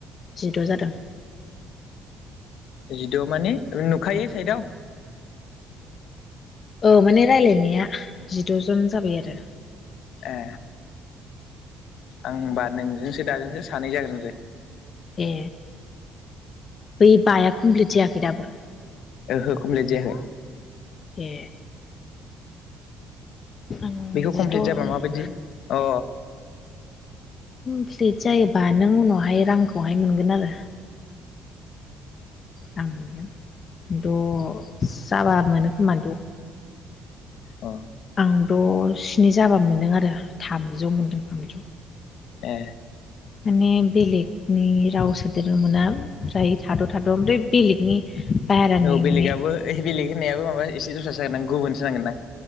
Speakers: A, on the left (about 40°); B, on the left (about 70°).
A: जिद' जादों
B: जिद' माने नुखायो साइदआव
A: औ माने रायलायनाया जिद'जन जाबाय आरो
B: ए आं होनबा नोंजोंसो दाजोंसो सानै जागोन आरो
A: ए बै बाया कमप्लिट जायाखै दाबो
B: ओहो कमप्लिट जायाखै
A: ए आं
B: बेखौ
A: जिद'
B: कमप्लिट
A: औ
B: जाबा माबायदि अ।
A: प्लिट जायोबा नों उनावहाय रांखौहाय मोनगोन आरो। रां मोनगोन दस जाबा मोनो खोमा द।
B: अ।
A: आं द' स्नि जाबा मोनदों आरो थामजौ मोनदों थामजौ।
B: ए।
A: माने बेलेगनि राव सोदेरनो मोना फ्राय थाद' थाद' मफ्राय बेलेगनि। बाहेरानि
B: औ बेलेगआबो
A: माने
B: बेलेग होननायाबो माबा एसे दससा जागोन गुबुन। थिनांगोनदां।